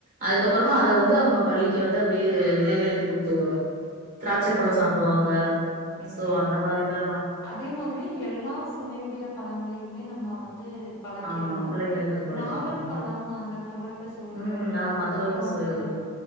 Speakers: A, on the right; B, on the left.
A: அதுக்கப்புறமா அத வந்து அவங்க பள்ளிக்கு வந்து அப்படியே இடைவெளிக்கு கொடுத்து விடுவே திராட்சை
B: நிச்சயமா
A: பழம் சாப்பிடுவாங்க
B: தோழி. நிச்சயமா.
A: சோ அந்த மாதிரிதா
B: அதே மாதிரி எல்லா சுவையுடைய பழங்களையுமே நம்ம வந்து பழக்கிரணும்
A: ஆமா பிள்ளைங்களுக்கு கொலைக்கிறோம்
B: நாவல் பழம் அந்த துவர்ப்பு சுவையுடது
A: ம் ஆமா
B: அதுக்கப்புறம்
A: துவர்ப்பு சுவை
B: வந்து
A: விடுது